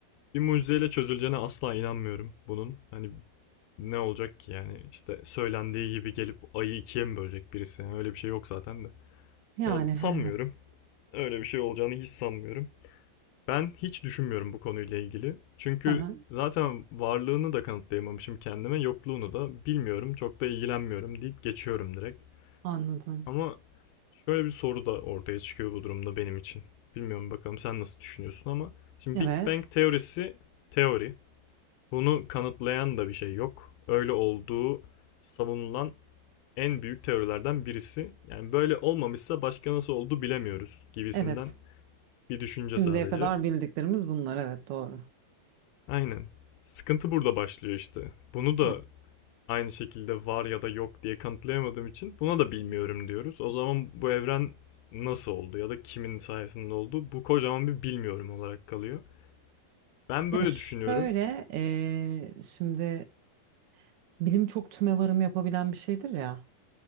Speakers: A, on the left; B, on the right.
A: Bir mucizeyle çözüleceğine asla inanmıyorum bunun. Hani ne olacak ki yani işte söylendiği gibi gelip ayı ikiye mi bölecek birisi yani öyle bir şey yok zaten de.
B: Yani
A: Yani sanmıyorum.
B: he- evet.
A: Öyle bir şey olacağını hiç sanmıyorum. Ben hiç düşünmüyorum bu konuyla ilgili. Çünkü
B: Hı hı.
A: zaten varlığını da kanıtlayamamışım kendime, yokluğunu da bilmiyorum, çok da ilgilenmiyorum deyip geçiyorum direkt.
B: Anladım.
A: Ama şöyle bir soru da ortaya çıkıyor bu durumda benim için. Bilmiyorum bakalım sen nasıl düşünüyorsun ama şimdi
B: Evet.
A: Big Bang teorisi teori. Bunu kanıtlayan da bir şey yok. Öyle olduğu savunulan en büyük teorilerden birisi. Yani böyle olmamışsa başka nasıl oldu bilemiyoruz gibisinden
B: Evet.
A: bir düşünce
B: Şimdiye
A: sadece.
B: kadar bildiklerimiz bunlar. Evet doğru.
A: Aynen. Sıkıntı burada başlıyor işte. Bunu da
B: Hı.
A: aynı şekilde var ya da yok diye kanıtlayamadığım için buna da bilmiyorum diyoruz. O zaman bu evren nasıl oldu ya da kimin sayesinde oldu? Bu kocaman bir bilmiyorum olarak kalıyor. Ben
B: Ya
A: böyle
B: şöyle
A: düşünüyorum.
B: e, şimdi bilim çok tümevarım yapabilen bir şeydir ya.